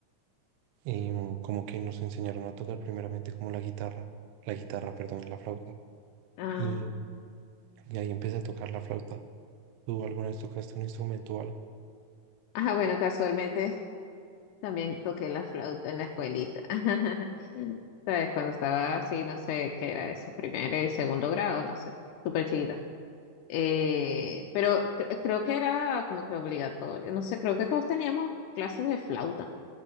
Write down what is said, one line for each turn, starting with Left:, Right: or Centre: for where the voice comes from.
Right: y mm, como que nos enseñaron a tocar primeramente como la guitarra, la guitarra, perdón, la flauta.
Left: ah.
Right: Y, y ahí empecé a tocar la flauta. ¿Tú alguna vez tocaste un instrumento o algo?
Left: Ajá, bueno, casualmente también toqué la flauta en la escuelita. <laughs> ¿Sabes? Cuando estaba así, no sé qué era eso, primero y segundo grado, no sé, súper chiquita. Eh, pero cre- creo que era como que obligatorio. No sé, creo que todos teníamos clases de flauta.